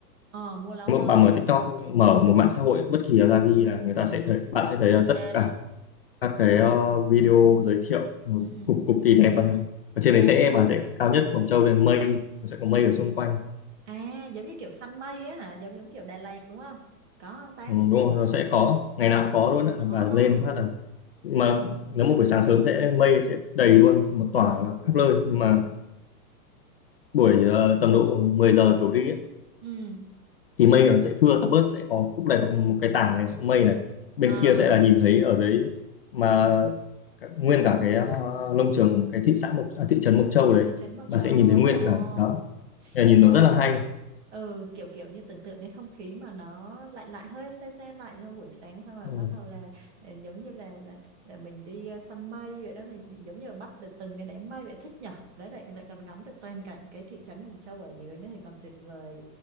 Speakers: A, on the right; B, on the left.
A: ờ mua lấu
B: nếu
A: ơi
B: mà bà mở TikTok mở một mạng xã hội bất kỳ là ra ghi là người
A: ừ
B: ta sẽ thấy bạn sẽ
A: ok
B: thấy là tất cả các cái ờ, video giới thiệu một
A: ừ
B: cực cực kỳ đẹp và ở trên
A: ừ
B: đấy sẽ bà sẽ cao nhất Mộc Châu lên mây nó sẽ có mây ở xung quanh
A: À giống như kiểu săn mây á hả? Giống giống kiểu Đà Lạt đúng không? Có không ta?
B: ừ, đúng rồi nó sẽ có ngày nào cũng có luôn ạ là
A: Ồ.
B: bà lên phát là mà nếu một buổi sáng sớm sẽ mây sẽ đầy luôn một tỏa
A: Ừ.
B: khắp nơi nhưng mà buổi ờ, tầm độ 10 giờ đổ đi ấy,
A: Ừ.
B: thì mây nó sẽ thưa sẽ bớt sẽ có khúc này một cái tảng này sẽ mây này bên
A: Ờ.
B: kia sẽ là nhìn thấy ở dưới mà cả- nguyên cả cái ờ, nông trường cái thị xã Mộc à, thị trấn Mộc Châu đấy
A: thị trấn Mộc
B: bà
A: Châu
B: sẽ nhìn
A: luôn
B: thấy nguyên
A: ồ
B: cả đó Thì là nhìn
A: trời
B: nó rất là
A: ơi
B: hay
A: ừ kiểu kiểu như tưởng tượng cái không khí mà nó lạnh lạnh hơi se se lạnh trong buổi sáng xong rồi
B: ừ.
A: bắt đầu là ờ, giống như là là, là mình đi ờ, săn mây vậy đó mình giống như là bắt được từng cái đám mây vậy thích nhở đấy lại lại còn ngắm được toàn cảnh cái thị trấn Mộc Châu ở dưới nữa thì còn tuyệt vời